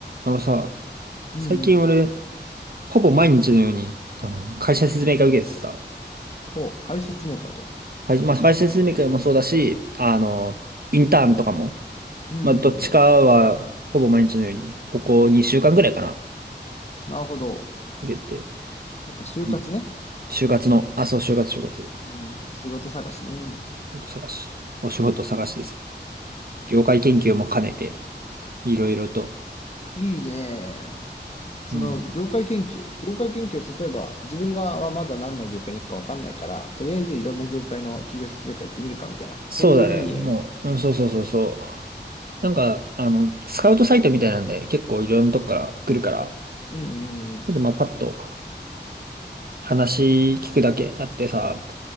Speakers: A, on the right; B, on the left.
A: あのさ、
B: うんうん。
A: 最近俺、ほぼ毎日のように、あの、会社説明会受けてさ、
B: お、解説明会と。
A: 会まあ、会社説明会もそうだし、あの、インターンとかも、
B: うんうんうん。
A: まあ、どっちかは、ほぼ毎日のように、ここ2週間ぐらいかな、
B: なるほど。
A: 受けて、
B: やっぱ就活ね。
A: うん就活の、あ、そう、就活、就活、
B: うん。仕事探しね。
A: 探し、お仕事探しですよ。業界研究も兼ねて、いろいろと。
B: いいね。その、
A: うん、
B: 業界研究。業界研究、例えば、自分がはまだ何の業界に行くかわかんないから、とりあえずいろんな業界の企業説明会行ってみるかみたいな、
A: そうだね、
B: そういう意味合い
A: もう、うん、そうそうそうそう。なんか、あの、スカウトサイトみたいなんで、結構いろんなとこから来るから、
B: うんうんうん。
A: で、まあ、パッと話聞くだけ。だってさ、